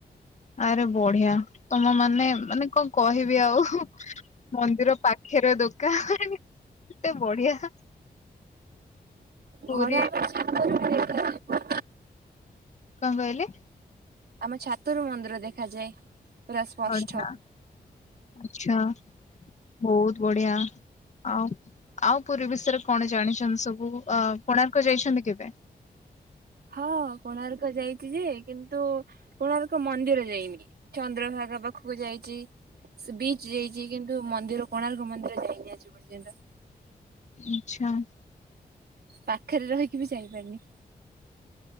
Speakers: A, on the left; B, on the right.
A: ଆରେ ବଢିଆ, ତମ ମାନେ, ମାନେ କଣ କହିବି ଆଉ, ମନ୍ଦିର ପାଖ ଖିରେ ଦୋକାନ। କେତେ ବଢିଆ। ପୁରୀ
B: ଘର <unintelligible>
A: କଣ କହିଲେ?
B: ଆମ ଛାତରୁ ମନ୍ଦିର ଦେଖାଯାଏ। ପୁରା ସ୍ପଷ୍ଟ
A: ବଢିଆ। ଆଛା, ବହୁତ ବଢିଆ, ଆଉ ଆଉ ପୁରୀ ବିଷୟରେ କଣ ଜାଣିଛନ୍ତି ସବୁ? ଅ କୋଣାର୍କ ଯାଇଛନ୍ତି କେବେ?
B: ହଁ, କୋଣାର୍କ ଯାଇଚି ଯେ, କିନ୍ତୁ କୋଣାର୍କ ମନ୍ଦିର ଯାଇନି। ଚନ୍ଦ୍ରଭାଗା ପାଖକୁ ଯାଇଚି। ସେ ବିଚ ଯାଇଚି କିନ୍ତୁ ମନ୍ଦିର କୋଣାର୍କ ମନ୍ଦିର ଯାଇନି ଆଜି ପର୍ଯ୍ୟନ୍ତ।
A: ଆଛା।
B: ପାଖରେ ରହିକି ବି ଯାଇପାରିନି।